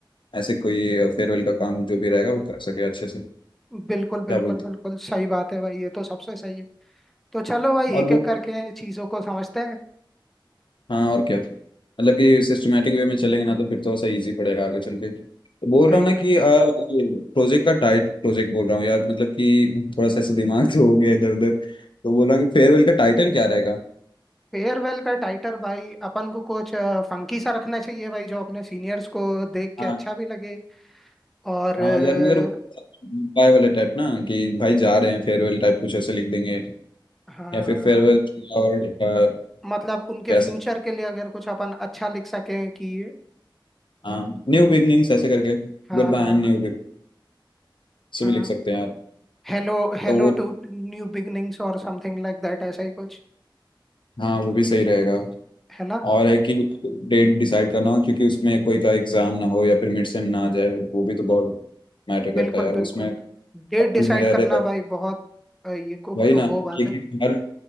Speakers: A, on the left; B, in the centre.
A: ऐसे कोई फेयरवेल का काम जो भी रहेगा वो कर सके अच्छे से
B: बिल्कुल बिल्कुल
A: क्या बोलते
B: बिल्कुल सही बात है भाई ये तो सबसे सही है तो चलो भाई
A: हो? और
B: एक
A: वो
B: एक करके चीजों को समझते हैं
A: हाँ और क्या मतलब कि सिस्टमेटिक वे में चलेंगे ना तो फिर थोड़ा सा इजी पड़ेगा आगे चल के तो बोल
B: भाई
A: रहा हूँ ना कि
B: भाई
A: प्रोजेक्ट का टाइट प्रोजेक्ट बोल रहा हूँ यार मतलब कि थोड़ा सा ऐसे दिमाग तो हो गया इधर उधर तो बोल रहा हूँ कि फेयरवेल का टाइटल क्या रहेगा
B: फेयरवेल का टाइटल भाई अपन को कुछ फंकी सा रखना चाहिए भाई जो अपने सीनियर्स को देख के
A: हाँ
B: अच्छा भी लगे और
A: हाँ
B: अ,
A: यार मगर उपाय वाले टाइप ना कि भाई जा रहे हैं फेयरवेल टाइप कुछ ऐसे लिख देंगे
B: हाँ
A: या फिर
B: हाँ
A: फेयरवेल और अ,
B: मतलब उनके
A: क्या
B: फ्यूचर
A: सब
B: के लिए अगर कुछ अपन अच्छा लिख सकें कि
A: हाँ न्यू बिगनिंग्स ऐसे करके
B: हाँ
A: goodbye
B: हाँ
A: and new big से
B: हाँ
A: भी लिख सकते हैं आप
B: Hello Hello
A: तो वो
B: to New beginnings और समथिंग लाइक दैट ऐसा ही कुछ
A: हाँ वो भी सही रहेगा
B: है ना
A: और है कि डेट डिसाइड करना हो क्योंकि उसमें कोई का एग्जाम ना हो या फिर मिड सेम ना आ जाए वो भी तो बहुत मैटर करता
B: बिल्कुल
A: है यार
B: बिल्कुल
A: उसमें कॉलेज
B: डेट डिसाइड
A: में रह
B: करना
A: रहे भाई
B: भाई बहुत अ, ये को
A: वही ना
B: वो बात
A: एक
B: है
A: एक हर